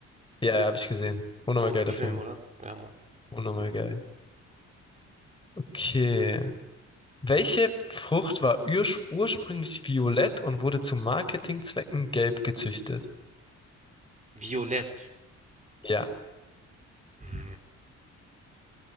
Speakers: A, on the left (about 15°); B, on the right (about 25°).
A: Ja, ja, habe ich gesehen. Unnormal
B: Bombenfilm,
A: geiler Film.
B: oder? Ja, Mann.
A: Unnormal geil. Okay. Welche Frucht war ursch- ursprünglich violett und wurde zu Marketingzwecken gelb gezüchtet?
B: Violett.
A: Ja,
B: Hm.